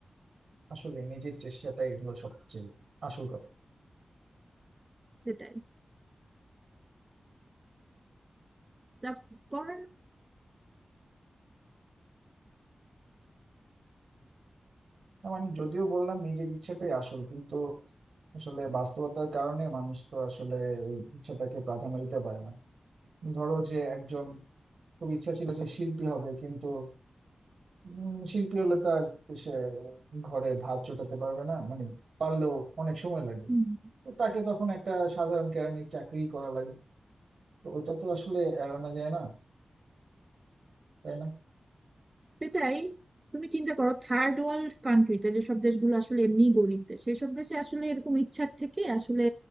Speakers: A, on the right; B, on the right.
A: আসলে নিজের চেষ্টাটাই এগুলো সবচেয়ে আসল কথা
B: সেটাই তারপর
A: না, মানে যদিও বললাম নিজের ইচ্ছাটাই আসল কিন্তু আসলে বাস্তবতার কারণে মানুষ তো আসলে ওই ইচ্ছাটাকে প্রাধান্য দিতে পারে না ধরো যে একজন খুব ইচ্ছা ছিল যে শিল্পী হবে কিন্তু উম, শিল্পী হলে তার সে ঘরে ভাত জোটাতে পারবে না মানে পারলেও অনেক সময় লাগবে
B: হুম,
A: তো তাকে তখন একটা সাধারণ কেরানির চাকরি করা লাগে তো ওইটা তো আসলে এড়ানো যায় না তাই না
B: সেটাই তুমি চিন্তা করো থার্ড ওয়ার্ল্ড কান্ট্রিতে যেসব দেশগুলো আসলে এমনি গরিব দেশ সেসব দেশে আসলে এরকম ইচ্ছার থেকে আসলে